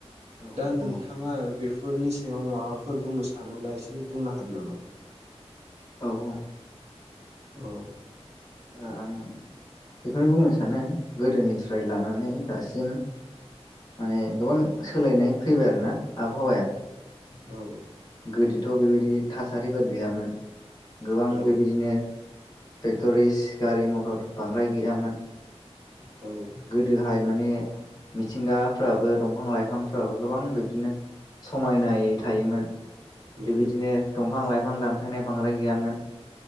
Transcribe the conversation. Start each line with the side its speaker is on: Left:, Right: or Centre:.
Left: औ
Right: दा
Left: नंगौ
Right: नोंथांङा बेफो फोरनि सायाव माबाफोर बुंनो सानोब्ला एसे बुंना होदो नामा
Left: औ औ
Right: औ
Left: ओ आं बेखौनो बुंनो सानो गोदोनिफ्राय लानानै दासिम माने गोबां सोलायनाय फैबाय आरोना आबहावाया
Right: औ
Left: गोदोथ' बेबायदि थासारिफोर गैयामोन गोबां
Right: औ
Left: बेबायदिनो फेक्टरिस गारि मथर बांद्राय गैयामोन।
Right: औ
Left: गोदोहाय माने मिथिंगाफ्राबो दंफां लाइफांफ्राबो गोबां बिब्दिनो समायनायै थायोमोन
Right: औ
Left: बेबायदिनो दंफां लाइफां दानफायनाय बांद्राय गैयामोन।